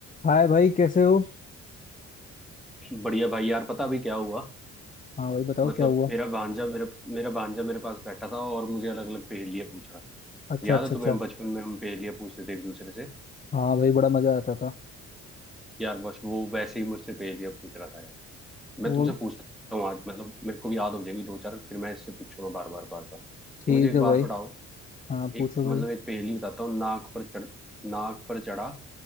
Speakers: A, on the left; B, in the centre.
A: हाय भाई कैसे हो
B: बढ़िया भाई यार पता अभी क्या हुआ
A: हाँ भाई बताओ
B: मतलब
A: क्या हुआ
B: मेरा भांजा मेरे मेरा भांजा मेरे पास बैठा था और मुझे अलग अलग पहेलियां पूछ रहा था
A: अच्छा
B: याद
A: अच्छा
B: है तुम्हें
A: अच्छा
B: बचपन में हम पहेलियां पूछते थे एक दूसरे से
A: हाँ भाई बड़ा मजा आता था
B: यार बस वो वैसे ही मुझसे पहेलियां पूछ रहा था यार मैं
A: और
B: तुमसे पूछता हूँ आज मतलब मेरे को भी याद हो जाएंगी दो चार फिर मैं इससे पूछूंगा बार बार बार बार
A: ठीक
B: तो मुझे एक
A: है
B: बात
A: भाई
B: बताओ
A: हाँ
B: एक
A: पूछो भाई
B: मतलब एक पहेली बताता हूँ नाक पर चढ़ नाक पर चढ़ा